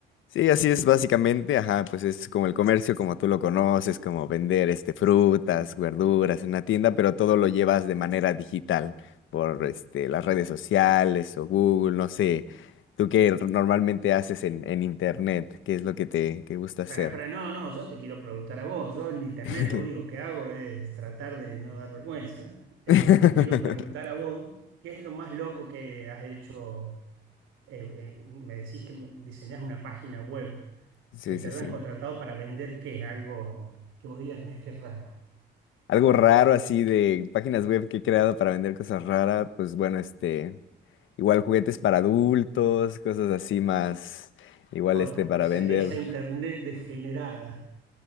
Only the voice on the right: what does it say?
Para, para, no, no, yo te quiero preguntar a vos. Yo en internet
lo único que hago es tratar de no dar vergüenza. Eh,
yo te quiero preguntar a vos, ¿qué es lo más loco que has hecho? Eh, eh, me decís que me- diseñás una página web.
que te
hayan
contratado para vender qué, algo que vos digas, mira qué raro.
Toda
esa,
esa internet degenerada.